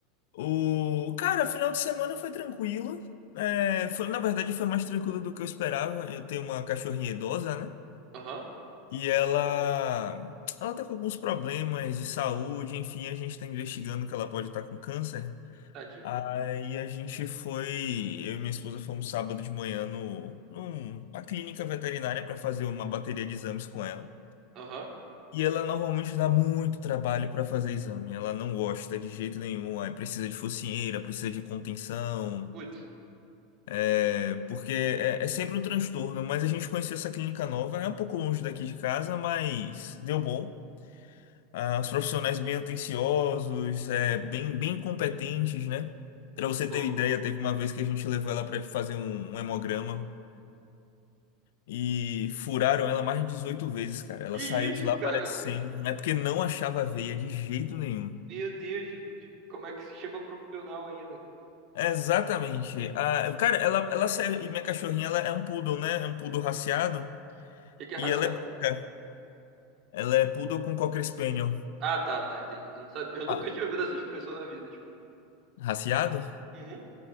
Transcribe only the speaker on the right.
Aham,
tadinho.
Aham.
Putz,
bom.
Que isso,
cara?
Meu Deus, que- como é que se chama profissional ainda? O
que que é
raciado?
Ah, tá, tá, entendi. Eu, não sabia, eu nunca
tinha ouvido essa expressão na vida, desculpa.
Uhum.